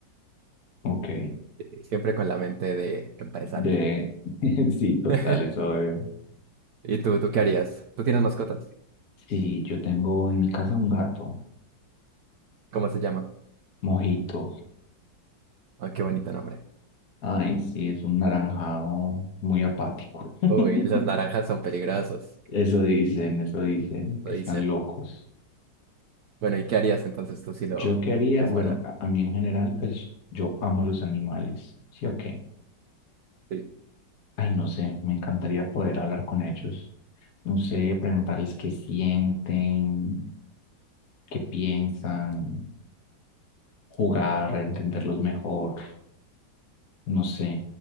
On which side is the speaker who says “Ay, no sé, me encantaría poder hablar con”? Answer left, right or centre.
Left